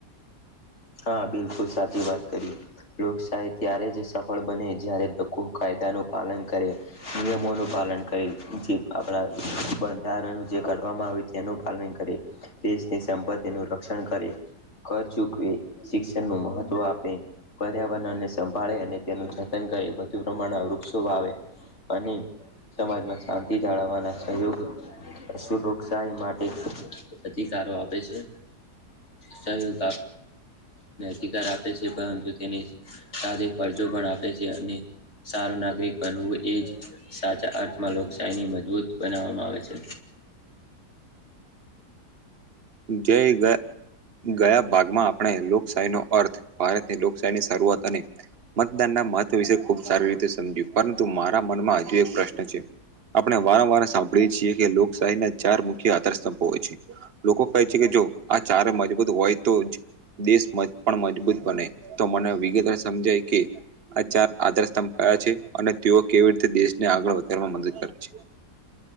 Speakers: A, on the left; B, on the right.
A: હા બિલકુલ સાચી વાત કરી લોકશાહી ત્યારે જ સફળ બને જ્યારે લોકો કાયદાનું પાલન કરે નિયમોનું પાન પાલન કરી આપણા બંધારણ જે કાવામાં આવે તેનું પાલન કરે દેશની સંપ તેનું રક્ષણ કરે કર ચૂકવે શિક્ષણ નું મહત્વ આપે પર્યાવરણને સંભાળે અને તેનું જતન કરે વધુ પ્રમાણ વૃક્ષો વાવે અને સમાજમાં શાંતિ જાળવવાના સહયોગ શું ડોકશાહી માટે અધિકારો આપે છે. સહયોગ શિકાર આપે છે પરંતુ તેની સાથે ફરજો પણ આપે છે અને સારો નાગરિક બનવું એ જ સાચા અર્થમાં લોકશાહીની મજબૂત બનાવવામાં આવે છે.
B: જય ગ ગયા ભાગમાં આપણે લોકશાહી નો અર્થ ભારતની લોકશાહીની શરૂઆત અને મતદાનના મત વિશે ખુબ સારી રીતે સમજ્યું પરંતુ મારા મનમાં હજુ એક પ્રશ્ન છે આપણે વારંવાર સાંભળીએ છીએ કે લોકશાહી ના ચાર મુખ્ય આધારસ્તંભો હોય છે લોકો કહે છે કે જો આ ચારે મજબૂત હોય તો જ દેશ મજ પણ મજબૂત બને તો મને વિગતવાર સમજાય કે આ ચાર આધાર સ્તંભ કયા છે અને તેઓ કેવી રી તે દેશને આગળ વધારવામાં મદદ કરે છે.